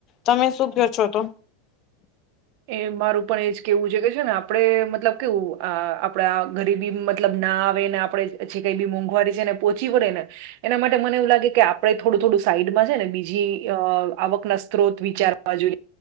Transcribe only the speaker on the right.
એ મારું પણ એજ કેવું છે કે છે ને આપડે મતલબ કેવું આ આપડાે ગરીબી- - મતલબ ના આવે ને આપણેે પછે કઈ બી મોંઘવારી છે ને પોહોંચી પડે ને- - એના માટે મને એવું લાગે કે આપણે થોડું થોડું સાઈડમાં છે ને બીજી અ આવક ના સ્ત્રોત વિચાર- - બાજુ